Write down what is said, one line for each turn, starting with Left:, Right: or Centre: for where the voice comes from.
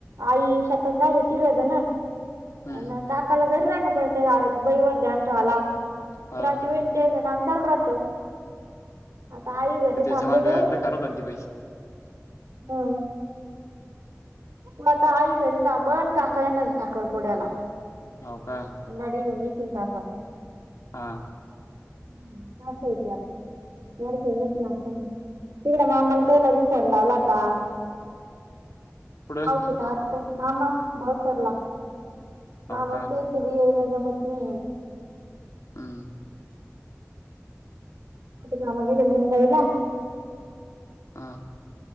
Right: आई शेतात राहायला गेलो होतो
Left: हम्म
Right: ना काकाला घरी राहणं पडतं बैवर ध्यान ठेवाला
Left: हा
Right: पुराची वे ते संतल राहतो आता आई घरी थांबेले
Left: जवांग कराबली बाई
Right: ह त आता आई घरी थांबण काका येणारे साखरपुड्याला
Left: हो का
Right: नडी येऊ न तिंता
Left: हा
Right: हम् ह स क आता मर का येत ना कोण तिकड मामाला त्याला फोन लावला आता
Left: पुढे
Right: नाव शिका आता मामा बसरला
Left: हो
Right: मा
Left: का
Right: मस् क ये ना जमत नाही
Left: हम
Right: म मगली मुंबईला
Left: हा